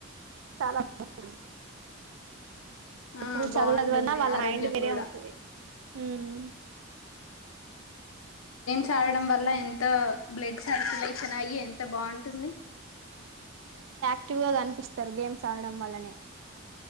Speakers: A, on the right; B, on the left.
A: చాలా ఉమ్
B: ఆ
A: ఇప్పుడు
B: బాగుంటుంది
A: చదువు చదువు అన్న వాళ్ళ
B: ఆరోగ్యం
A: మైండ్ వేరే
B: కూడా
A: ఉంటది ఉమ్
B: చదవడం వల్ల ఎంత బ్లడ్ సర్క్యులేషన్ అయ్యి ఎంత బాగుంటుంది
A: ఆక్టివ్ గా ఆనిపిస్తారు గేమ్స్ ఆడడం వల్లనే